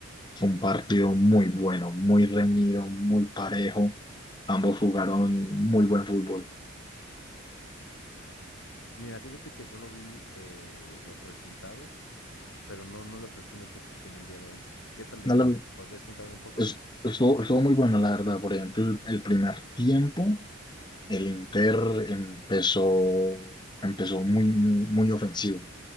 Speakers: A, on the left; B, on the left.
A: fue un partido muy bueno, muy reñido, muy parejo, ambos jugaron muy buen fútbol.
B: Mira, fíjate que solo vi eh, los resultados, pero no, no le presté mucha atención el día de hoy. ¿Qué tal
A: No,
B: estuvo?
A: la-
B: ¿Podrías contarme un poco?
A: es- estuvo, estuvo muy bueno, la verdad, por ejemplo, el el primer tiempo. El Inter empezó, empezó muy, muy, muy ofensivo,